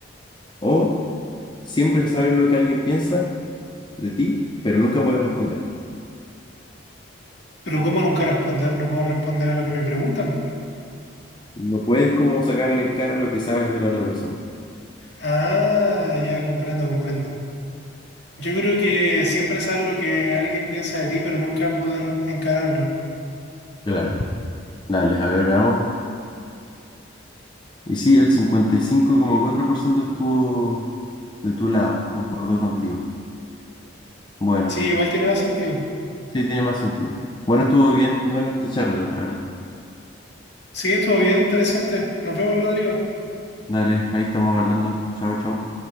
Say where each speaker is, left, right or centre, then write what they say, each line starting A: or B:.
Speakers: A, on the left (about 25°); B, on the left (about 60°).
A: ¿O siempre sabes lo que alguien piensa de ti, pero nunca puedes responder.
B: Pero ¿cómo nunca responder? No puedo responder a lo que me preguntan.
A: No puedes como sacarle en cara lo que sabes de la otra persona.
B: Ah, ya comprendo, comprendo. Yo creo que siempre sabes lo que alguien piensa de ti, pero nunca poder encararlo.
A: Claro. Dale, a ver, veamos. Y sí, el cincuenta y cinco coma cuatro por ciento estuvo de tu lado, concordó contigo. Bueno,
B: Sí, igual tiene más sentido.
A: sí, tiene más sentido. Bueno, estuvo bien, buena esta charla, la verdad.
B: Sí, estuvo bien interesante. Nos vemos, Rodrigo.
A: Dale, ahí estamos hablando. Chao, chao.